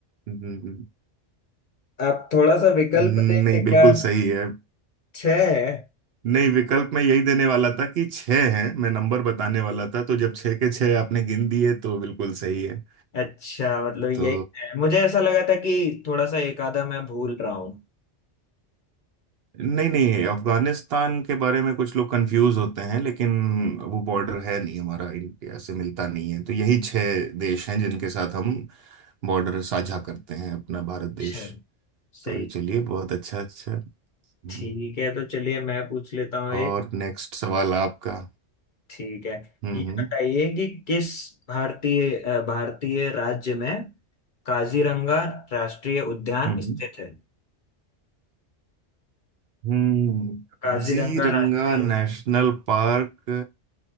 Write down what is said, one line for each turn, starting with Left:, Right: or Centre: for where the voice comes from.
Right: हम्म, हम्म, हम्म।
Left: आप थोड़ा सा विकल्प
Right: नहीं
Left: देंगे क्या
Right: बिल्कुल सही है
Left: छह है
Right: नहीं विकल्प मैं यही देने वाला था कि छह हैं मैं नंबर बताने वाला था तो जब छह के छह आपने गिन दिए तो बिल्कुल सही है
Left: अच्छा मतलब यही
Right: तो
Left: है मुझे ऐसा लगा था कि थोड़ा सा एक आधा मैं भूल रहा हूँ
Right: नहीं नहीं अफगानिस्तान के बारे में कुछ लोग कंफ्यूज होते हैं लेकिन वो बॉर्डर है नहीं हमारा इंडिया से मिलता नहीं है तो यही छह देश हैं जिनके साथ हम बॉर्डर साझा करते हैं अपना भारत देश
Left: अच्छा सही
Right: तो चलिए बहुत अच्छा अच्छा हम्म,
Left: ठीक है तो चलिए मैं पूछ लेता हूँ
Right: और नेक्स्ट सवाल आपका
Left: ठीक है
Right: हम्म
Left: ये
Right: हम्म
Left: बताइए कि किस भारतीय अ, भारतीय राज्य में काजीरंगा राष्ट्रीय उद्यान
Right: हम्म
Left: स्थित है
Right: हम्म, हम्म।
Left: काजीरंगा
Right: Kaziranga
Left: राष्ट्रीय
Right: national park